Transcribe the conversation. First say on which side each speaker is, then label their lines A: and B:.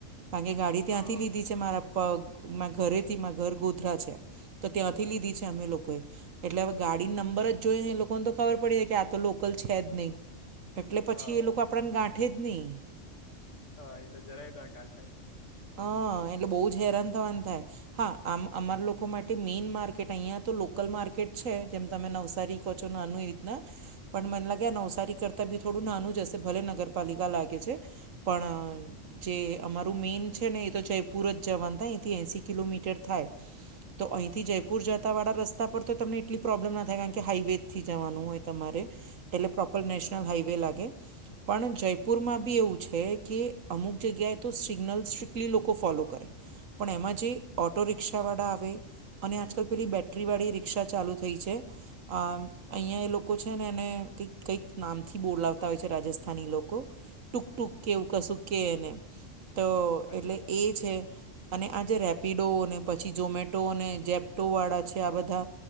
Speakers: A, on the right (about 85°); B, on the left (about 65°).
A: કારણ કે ગાડી ત્યાંથી
B: હા
A: લીધી છે મારા મા ઘરેથી મા ઘર ગોધરા છે તો ત્યાંથી લીધી છે અમે લોકોએ એટલે હવે ગાડી નંબર જ જોઈ ને એ લોકોને તો ખબર પડી જાય કે આ તો લોકલ છે જ નહીં એટલે પછી
B: હા
A: એ લોકો આપણને ગાંઠે જ નહીં
B: હા એ તો જરાયબા કાઠ
A: હ એટલે બહુ જ હેરાન થવાનું થાય હા આમ અમારા લોકો માટે મેઈન માર્કેટ અહીિયાંયા તો લોકલ માર્કેટ છે જેમ તમે નવસારી ોનું એ રીત પણ મને લાગે
B: હમ,
A: નવસારી કર બી થોડું નાનું જ હશે ભલે નગરપાલિકા લાગે છે પણ જે અમારું મેન છે છે ને એ તો જ પૂરત જવાનું થાય એથી એસી કિલોમીટર થાય તો અહીંથી જયપુર જતાંવાળા રસ્તા પર તો તમને એટલી પ્રોબ્લેમ ના થાય કારણ કે હાઈવેથી જવાનું હોય તમારે એટલે પ્રોપર નેશનલ
B: બરાબર
A: હાઈવે લાગે પણ જયપુરમાં બી એવું છે કે અમુક જગ્યાએ તો સિગ્નલ સ એટલી લોકો ફોલો કરે પણ એમાં જે ઓઑટો રિક્ષાવાળા આવે અને આજકાલ પેલી બેટરી વાળી રિક્ષા ચાલુ થઈ છે અમ
B: હા
A: અહિયાં એ લોકો છે. ને એને કક કઈક નામથી બોલાવતા હોય છે રાજસ્થાની લોકો. ટૂંક ટૂંક કે એવું કશું કે એને તો
B: અચ્છા
A: એટલે એ છે અને આ જેે રેપિડો, અને પછી ઝોમેટો, અને જેપ્ટોવાળા છે આ બધા